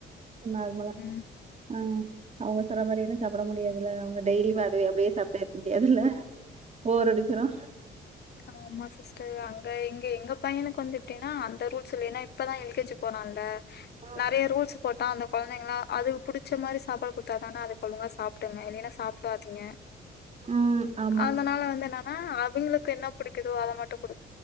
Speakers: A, on the right; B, on the left.
A: நார்மலா
B: ம்.
A: ஆ அவங்க சொல்ற மாரியேனு சாப்புட முடியாதுல அவங்க டெய்லி வாது அப்டியே சாப்டே இருக்க முடியாதுல்ல போர் அடிச்சிரு
B: ஆமா சி ஸ்டர் அங்க இங்க எங்க பையனுக்கு வந்து எப்டினா அந்த ரூல்ஸ் இல்ல ஏனா இப்பதா எல் கே ஜி போனால்ல
A: ம்.
B: நெறைய ரூல்ஸ் போட்டா அந்த கொழந்தைங்களா அதுக்கு புடிச்ச மாரி சாப்பாடு குடுத்தாதான அதுக்கொழுங்கா சாப்டுங்க இல்லையினா சாப்புடாதுங்க
A: ம். ஆமா.
B: அதனால வந்து என்னான்னா அவிங்களுக்கு என்ன பிடிக்குதோ அத மட்டும் குடு